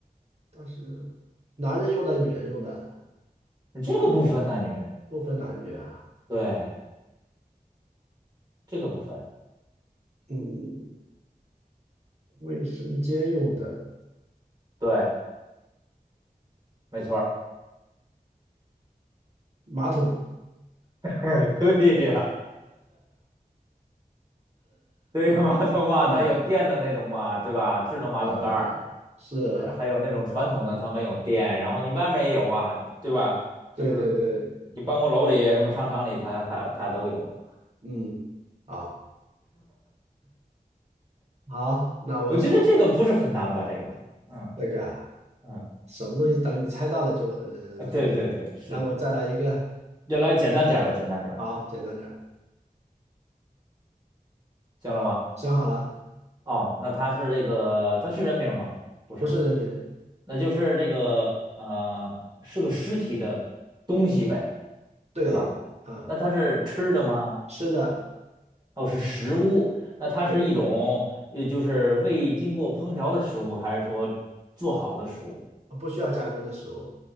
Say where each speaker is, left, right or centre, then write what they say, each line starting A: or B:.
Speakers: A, on the right; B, on the right.
A: 但是男人用的，女人用的，
B: 这个部分男女，
A: 不分男女啊。
B: 对这个部分，
A: 嗯，卫生间用的
B: 对，没错儿，
A: 马桶，
B: <laughs> 对呀。对呀，马桶嘛，
A: 嗯，
B: 它有电的那种嘛，对吧？智能马桶盖儿，
A: 哦，是，
B: 呃还有那种传统的，它没有电，然后你外面也有啊，对吧？
A: 对对对，
B: 就是你办公楼里、什么商场里，它它它都有。
A: 嗯，啊，好，那我想
B: 我觉得这个不是很难吧？这个，嗯
A: 那个啊
B: 嗯，
A: 什么东西，等你猜到了就很很简单。
B: 啊对对对，是。
A: 那我再来一个，
B: 要来简单点儿的，简单点儿的，
A: 好，简单点儿，
B: 行了吗？
A: 想好了，
B: 哦，那它是这个，它是人名吗？不是，
A: 不是人民，
B: 那就是这个呃，是个实体的东西呗，
A: 对，
B: 对吧？
A: 啊，
B: 那它是吃的吗？
A: 吃的，
B: 哦，是食物，那它是一种，
A: 对，
B: 呃，就是未经过烹调的食物，还是说做好的食物
A: 不需要加工的食物，